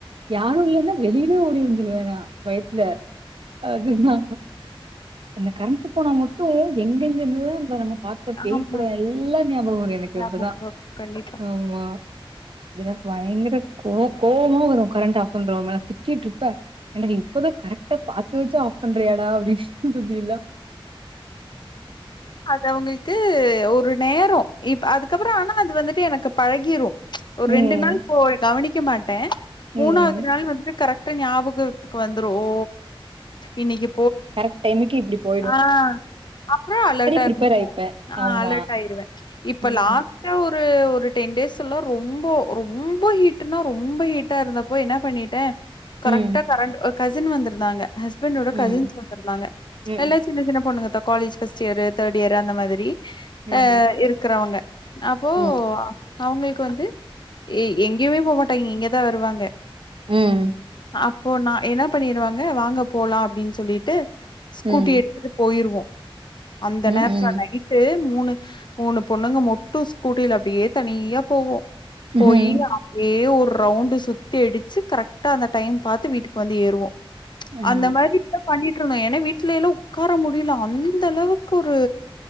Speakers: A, on the right; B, on the left.
A: யாரோ இல்லன்னா வெளியவே ஓடி வந்துடுவே நா பயத்துல அதுதா இந்த கரண்டு போனா மட்டோ எங்கெந்துதா இந்த நம்ம பார்த்த பேய்படோ
B: ஆமா
A: எல்லா ஞாபகம் வரோ எனக்கு
B: ஞாபகம்
A: இப்பதா
B: வரும். கண்டிப்பா
A: ஆமா எனக்கு பயங்கர கோ கோவமா வரோ கரண்ட் ஆஃப் பண்றவங்கள திட்டிட்டுயிருப்ப இப்பதா கரெக்டா பாத்து தெரிஞ்சே ஆஃப் பண்றியாடா அப்டி இஷ்டத்துக்கு எல்லா
B: அது அவங்களுக்கு ஒரு நேரோம் இப்ப அதுக்கப்புறோ ஆனா அது வந்துட்டு எனக்கு பழகிரும் ஒரு
A: ம்.
B: ரெண்டு நாள் போய் கவனிக் இக்குமணி
A: ம்.
B: மூணாவது நாள் வந்துட்டு கரெக்டா ஞாபகத்துக்கு வந்துரோ ஓ இன்னிக்கு
A: கரெக்ட் டைமுக்கு இப்டி போ
B: ஆஹ் அப்புறோ அலெர்டா
A: ப்ரிப்பேர்
B: இருந்துபோ
A: ஆயிப்பேன்.
B: ஆஹ்
A: ஆமா.
B: அலார்ட் ஆயிடுவே இப்ப
A: ம்.
B: லாஸ்டா ஒரு ஒரு டென் டேஸ்லா ரொம்ப ரொம்ப ஹீட்னா ரொம்ப ஹீட்டாயிருந்தப்போ என்ன பண்ணிட்டே
A: ம்.
B: கரெக்டா கரண்ட் கசின் வந்திருந்தாங்க ஹஸ் என்னோட
A: ம்.
B: கசின்ஸ் வந்திருந்தாங்க
A: ம்.
B: எல்லா சின்னசின்ன பொண்ணுங்கதா college first year third year அந்த மாதிரி
A: ம்.
B: அஹ் இருக்குறவங்க அப்போ
A: ம்.
B: அவங்களுக்கு வந்து எங்கயுமே போகமாட்டாங்க இங்கதான் வருவாங்க
A: உம்
B: அப்போ நா என்ன பண்ணிடுவாங்க வாங்க போலா அப்டின்னு சொல்லிட்டு
A: ம்.
B: கூட்டி எடுத்துட்டு போயிடுவோ அந்த
A: ம்.
B: நேரத்துல நைட்டு மூணு மூணு பொண்ணுங்க மட்டும் ஸ்கூட்டில அப்டியே தனியா போவோ போய்
A: ம்ஹ்ம்.
B: அதே உர் ரவுண்டு சுத்தி அடிச்சு கரக்டா அந்த டைம் பாத்து வீட்டுக் வந்து ஏறுவோம்
A: ஆ.
B: அந்த மாரிதான் பண்ணிட்டுருந்தோம் ஏனா வீ ட்லேலோ உட்கார முடில அந்த அளவுக்கு ஒரு